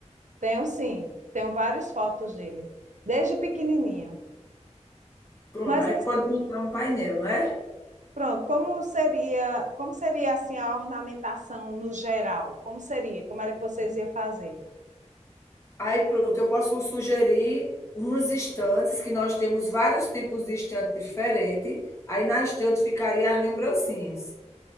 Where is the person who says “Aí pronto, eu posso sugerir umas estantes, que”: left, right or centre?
Left